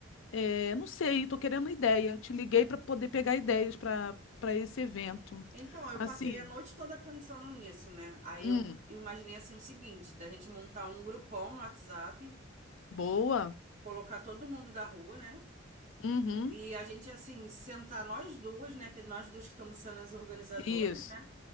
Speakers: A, on the left (about 75°); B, on the right (about 35°).
A: É, não sei, estou querendo ideia. Eu te liguei para poder pegar ideias para para esse evento.
B: Então, eu
A: Assim,
B: passei a noite toda pensando nisso, né? Aí
A: hum,
B: eu imaginei assim o seguinte, da gente montar um grupão no WhatsApp,
A: boa.
B: colocar todo mundo da rua, né?
A: Uhum,
B: E a gente, assim, sentar nós duas, né? Que nós duas que estamos sendo as organizadoras,
A: isso,
B: né?